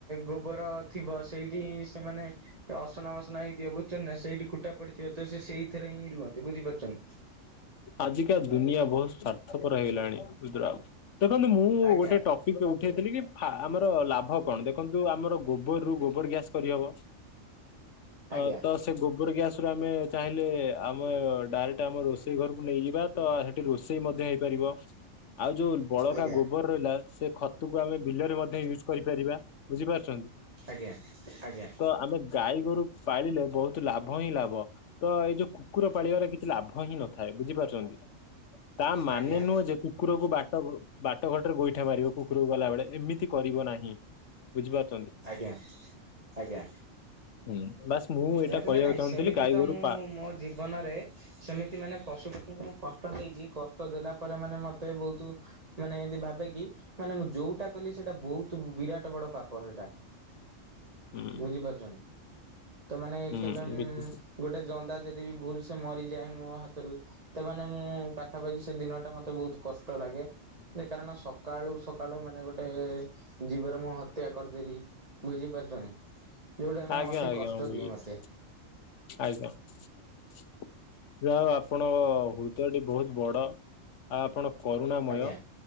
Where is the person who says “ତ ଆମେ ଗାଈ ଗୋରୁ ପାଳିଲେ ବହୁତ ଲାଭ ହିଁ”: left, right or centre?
Left